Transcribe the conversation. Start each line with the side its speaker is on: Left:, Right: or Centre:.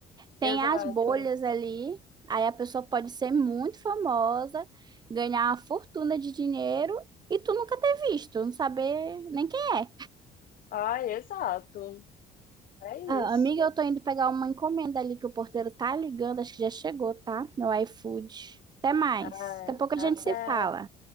Right: Tem
Left: Exato.
Right: as bolhas ali, aí a pessoa pode ser muito famosa, ganhar uma fortuna de dinheiro e tu nunca ter visto, não saber nem quem é.
Left: Ai, exato. É isso.
Right: Ah, amiga, eu tô indo pegar uma encomenda ali que o porteiro tá ligando, acho que já chegou, tá? Meu iFood. Até mais.
Left: Ai,
Right: Daqui a pouco
Left: até.
Right: a gente se fala.